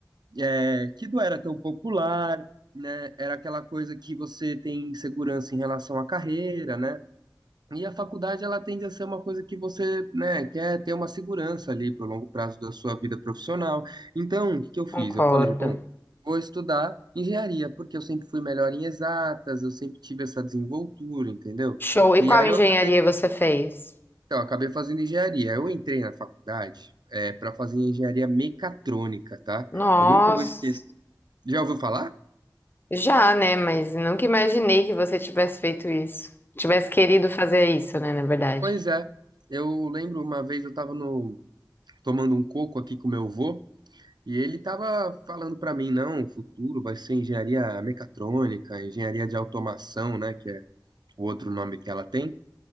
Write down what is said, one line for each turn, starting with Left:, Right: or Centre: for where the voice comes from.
Right: é, que não era tão popular, né? Era aquela coisa que você tem insegurança em relação à carreira, né? E a faculdade ela tende a ser uma coisa que você, né, quer ter uma segurança ali para o longo prazo da sua vida profissional. Então, o que que eu fiz?
Left: Concordo.
Right: Eu falei, bom, vou estudar engenharia, porque eu sempre fui melhor em exatas, eu sempre tive essa desenvoltura, entendeu?
Left: Show. E
Right: E
Left: qual
Right: aí
Left: engenharia
Right: eu acabei
Left: você
Right: fazendo,
Left: fez?
Right: então, eu acabei fazendo engenharia. Eu entrei na faculdade é, para fazer engenharia mecatrônica, tá?
Left: Nossa,
Right: Eu nunca vou esquecer. Já ouviu falar?
Left: já, né? Mas nunca imaginei que você tivesse feito isso. Tivesse querido fazer isso, né? Na verdade.
Right: Pois é. Eu lembro uma vez eu estava no tomando um coco aqui com meu avô. E ele tava falando para mim, não, o futuro vai ser engenharia mecatrônica, engenharia de automação, né, que é o outro nome que ela tem.